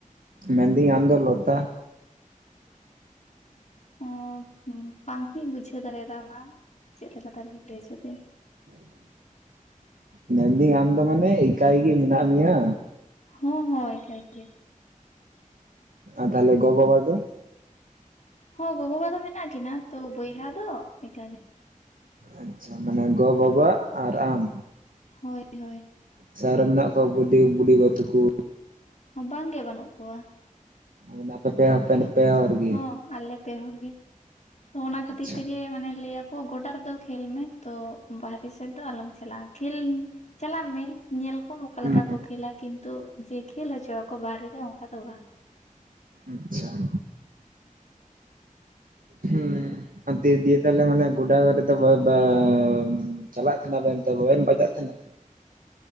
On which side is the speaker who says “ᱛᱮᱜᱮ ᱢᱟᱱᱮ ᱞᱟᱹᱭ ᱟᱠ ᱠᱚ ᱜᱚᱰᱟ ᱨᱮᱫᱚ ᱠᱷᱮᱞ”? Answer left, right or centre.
Left